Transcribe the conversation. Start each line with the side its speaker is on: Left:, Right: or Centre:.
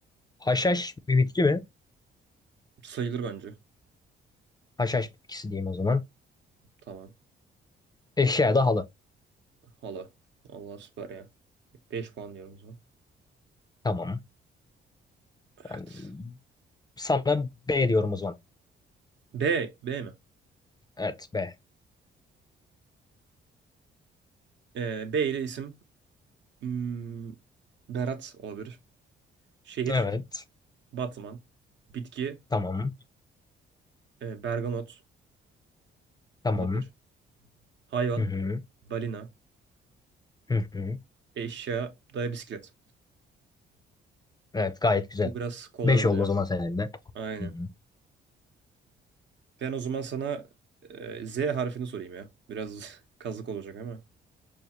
Left: Haşhaş bir bitki mi?
Right: Sayılır bence.
Left: Haşhaş bitkisi diyeyim o zaman.
Right: Tamam.
Left: Eşya da halı.
Right: Hala. Allah süper ya. beş puan diyorum o zaman.
Left: Tamam.
Right: Evet.
Left: Ben sana B diyorum o zaman.
Right: B. B mi?
Left: Evet B.
Right: Ee, B ile isim. Hmm, Berat olabilir. Şehir.
Left: Evet.
Right: Batman. Bitki.
Left: Tamam.
Right: e, bergamot
Left: Tamam.
Right: olabilir. Hayvan.
Left: Hı hı.
Right: Balina.
Left: Hı hı.
Right: Eşya. Daya bisiklet.
Left: Evet gayet güzel.
Right: Bu biraz kolay
Left: 5
Right: oldu
Left: oldu
Right: ya.
Left: o zaman senin de.
Right: Aynen.
Left: Hı hı.
Right: Ben o zaman sana e, Z harfini sorayım ya. Biraz <laughs> kazık olacak ama.